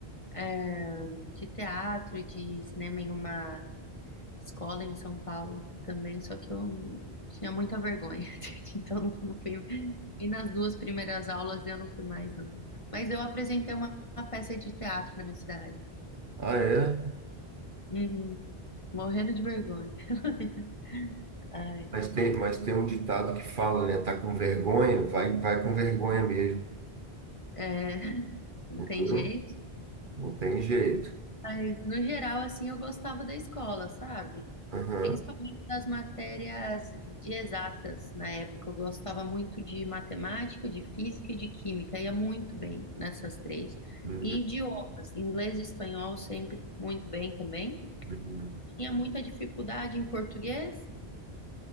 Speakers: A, on the left; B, on the right.
A: é, de teatro e de cinema em uma escola em São Paulo também, só que eu tinha muita vergonha, <laughs> então não, não fui. E nas duas primeiras aulas eu não fui mais, não. Mas eu apresentei uma, uma peça de teatro na minha cidade.
B: Ah, é?
A: Uhum. Morrendo de vergonha. <laughs> Ai,
B: Mas tem, mas tem um ditado que fala, né? Tá com vergonha? Vai, vai com vergonha mesmo,
A: é, não
B: entendeu?
A: tem jeito.
B: Não tem jeito.
A: Mas, no geral, assim, eu gostava da escola, sabe?
B: Aham.
A: Principalmente das matérias de exatas. Na época, eu gostava muito de matemática, de física e de química. Ia muito bem nessas três.
B: Uhum.
A: E idiomas, inglês e espanhol, sempre muito bem também.
B: Uhum.
A: Tinha muita dificuldade em português.